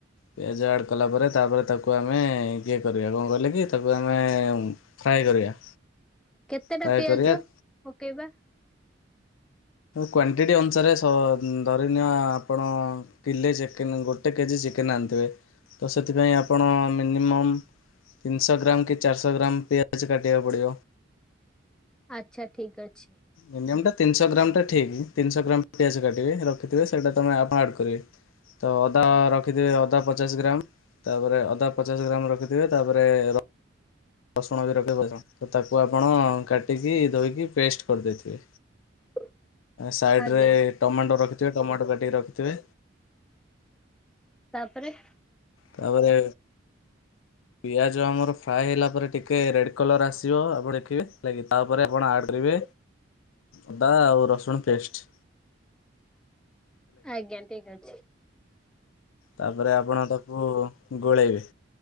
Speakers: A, on the left; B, in the centre.
A: ପିଆଜ ଆଡ କଲା ପରେ ତାପରେ ତାକୁ ଆମେ କିଏ କରିବା କଣ କରି <unintelligible> ତାକୁ ଆମେ ଫ୍ରାଏ କରିବା।
B: କେତେଟା
A: ଫ୍ରାଏ
B: ପିଆଜ
A: କରିବା
B: ପକେଇବା?
A: କ୍ଵାଣ୍ଟିଟି ଅନୁସାରେ ସ ଧରିନିଅ ଆପଣ। କିଲେ ଚିକେନ୍ ଗୋଟେ କେଜି ଚିକେନ୍ ଆଣିଥିବେ ତ ସେଥିପାଇଁ ଆପଣ ମିନିମମ୍ ତିନିଶହ ଗ୍ରାମ କି ଚାରିଶହ ଗ୍ରାମ ପିଆଜ କାଟିବାକୁ ପଡ଼ିବ।
B: ଆଛା ଠିକ୍ ଅଛି।
A: ମିନିୟମ ଟା ତିନିଶହ ଗ୍ରାମ ଟା ଠିକ। ତିନିଶହ ଗ୍ରାମ ପିଆଜ କାଟିବେ ରଖିଥିବେ ସେଇଟା ତମେ ଆପଣ ଆଡ଼ କରିବେ। ତ ଅଦା ରଖିଥିବେ ଅଦା ପଚାଶ ଗ୍ରାମ। ତାପରେ ଅଦା ପଚାଶ ଗ୍ରାମ ରଖିଥିବେ ତାପରେ ର ରସୁଣ ବି ରଖ ତ ତାକୁ ଆପଣ କାଟିକି ଧୋଇକି ପେଷ୍ଟ କରିଦେଇଥିବେ।
B: <inaudible>
A: ସାଇଡ଼ରେ
B: ଆଜ୍ଞା।
A: ଟମାଟୋ ରଖିଥିବେ ଟମାଟୋ କାଟିକି ରଖିଥିବେ
B: ତାପରେ
A: ତାପରେ ପିଆଜ ଆମର ଫ୍ରାଏ ହେଲା ପରେ ଟି ଟିକେ ରେଡ କଲର ଆସିବ ଆପଣ ଦେଖିବେ ତାପରେ ଆପଣ ଆଡ କରିବେ। ଅଦା ଆଉ ରସୁଣ ପେଷ୍ଟେ।
B: ଆଜ୍ଞା ଠିକ୍ ଅଛି।
A: ତାପରେ ଆପଣ ତାକୁ ଗୋଳେଇବେ।